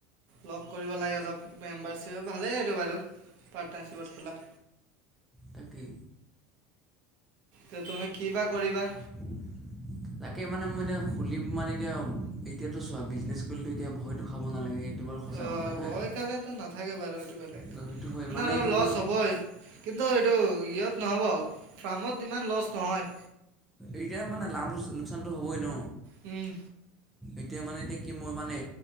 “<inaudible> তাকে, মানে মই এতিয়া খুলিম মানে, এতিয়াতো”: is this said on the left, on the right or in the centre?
Centre